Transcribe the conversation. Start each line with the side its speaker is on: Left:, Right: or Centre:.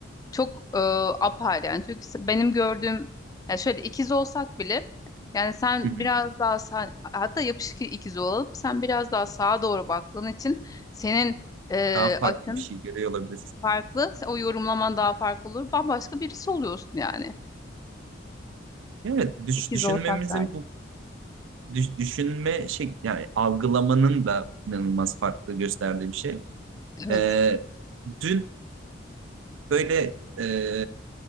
Left: çok e, apayrı yani çünkü se- benim gördüğüm ya şöyle ikiz olsak bile yani sen
Right: Hı hı.
Left: biraz daha sağ, hatta yapışık ikiz olalım sen biraz daha sağa doğru baktığın için senin e,
Right: Daha farklı
Left: açın
Right: bir şey görüyor olabilirsin
Left: farklı o yorumlaman daha farklı olur bambaşka birisi oluyorsun yani
Right: Evet, düş-
Left: İkiz
Right: düşünmemizin
Left: olsak dahi.
Right: bu düş- düşünme şey yani algılamanın da inanılmaz farklı gösterdiği bir şey.
Left: Evet.
Right: E, dün Böyle e,